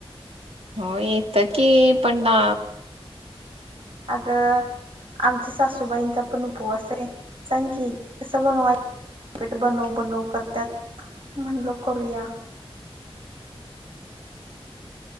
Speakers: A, on the right; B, on the right.
A: हो येतं की पण ना.
B: अगं आमच्या सासूबाईंचा पण उपवास आहे सांग की कसं बनवाय पीठ बनव बनव करत्यात म्हणलं करूया